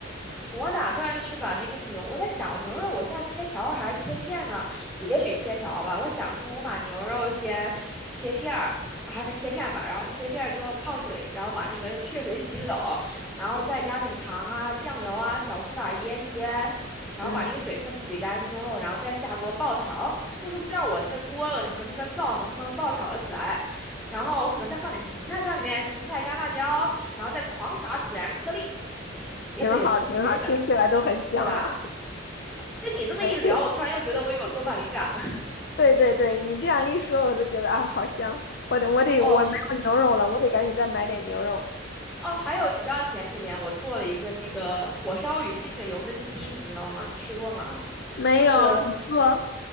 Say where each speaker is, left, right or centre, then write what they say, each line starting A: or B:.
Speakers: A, in the centre; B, on the left.
A: 我打算是把那个牛，我在想，我牛肉我是要切条还是切片呢？也许切条吧。我想说，我把牛肉先切片儿，还是切片吧。然后切片儿之后泡水，然后把那个血水挤走，然后再加点糖啊、酱油啊、小苏打腌一腌，然后把那个水分挤干之后，
B: 嗯，
A: 然后再下锅爆炒。就是不知道我那个锅和那个灶能不能爆炒的起来。然后我可能再放点芹菜在里面，芹菜、干辣椒，然后再狂撒孜然颗粒。嗯，也可以是，
B: 挺好，挺好，
A: 也可以撒，
B: 听起来都很香了。
A: 对吧？跟你这么一聊，
B: <laughs> 对
A: 我突然又觉得我有做饭灵感了。<laughs>
B: 对对对对，你这样一说，我都觉得啊，好香。我得我得我没有牛肉了，
A: 哦，去
B: 我得赶紧再买点牛肉。
A: 哦，还有你知道前几天我做了一个那个火烧云那个油焖鸡，你知道吗？你吃过吗？
B: 没有，
A: 就是
B: 怎么做？